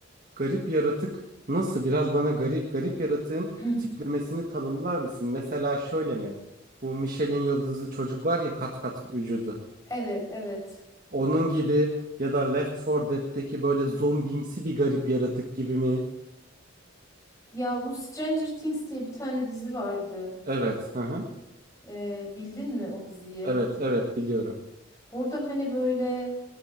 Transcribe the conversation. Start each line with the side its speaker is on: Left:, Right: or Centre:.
Right: garip yaratık nasıl biraz bana garip garip yaratığın
Left: <clears throat>
Right: tiplemesini tanımlar mısın? Mesela şöyle mi? Bu Michelin yıldızı çocuk var ya kat kat vücudu.
Left: Evet, evet.
Right: Onun gibi ya da Left 4 Dead'teki böyle zombimsi bir garip yaratık gibi mi?
Left: Ya bu Stranger Things diye bir tane dizi vardı.
Right: Evet. Hı hı.
Left: Ee, bildin mi o diziyi?
Right: Evet, evet biliyorum.
Left: Orada hani böyle